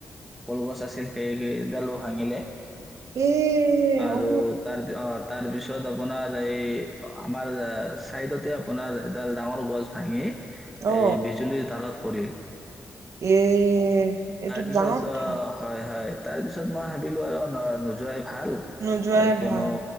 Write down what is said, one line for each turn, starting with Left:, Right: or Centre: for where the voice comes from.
Centre: কলগছ আছিল সেই ডালো ভাঙিলে
Right: এ
Centre: আৰু
Right: অ
Centre: তাৰ পিছত আপোনাৰ এই আমাৰ চাইডতে আপোনাৰ এডাল ডাঙৰ গছ ভাঙি
Right: অ
Centre: এই বিজুলীৰ ডালত পৰিল
Right: এ এইটো
Centre: তাৰপিছত
Right: ডাঙৰ কথা
Centre: অ হয় হয় তাৰ পিছত মই ভাবিলো আৰু নোযোৱাই ভাল
Right: নোযোৱাই
Centre: কিয়নো
Right: ভাল